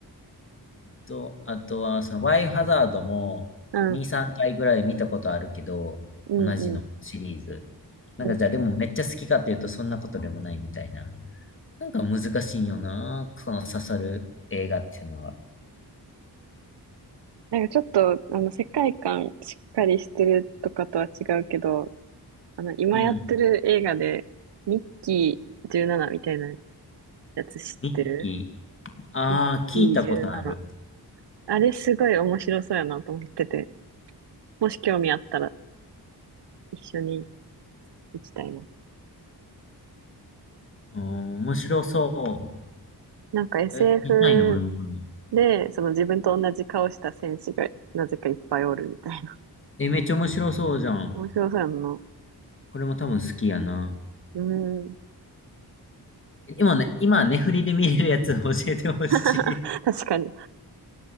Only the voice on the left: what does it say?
と、あとは、その、バイオハザードも、
2、3回ぐらい見たことあるけど、
同じのシリーズ。なんか、
じゃあ、でもめっちゃ好きかっていうと、そんなことでもないみたいな。なんか難しいんよな、その刺さる映画っていうのは。
うん。
ミッキーああ、
聞いたことある。
うん面白そ
う。見たいな、俺もこの。
え、めっちゃ面白そうじゃん。
これも多分好きやな。
今ね、今ね、ネフリで見れるやつ教えてほしい。